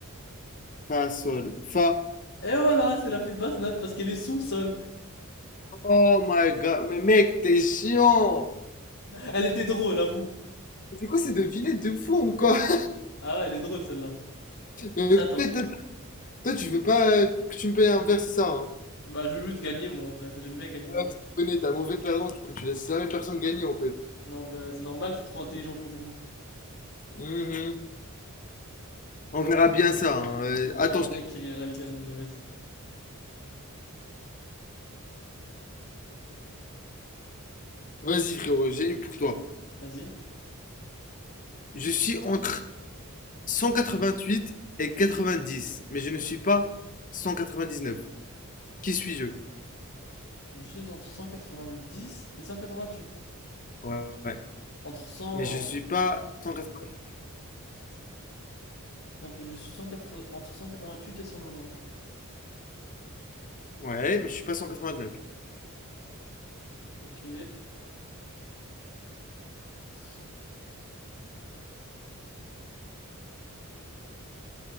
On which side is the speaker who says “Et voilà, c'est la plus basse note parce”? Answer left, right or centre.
Left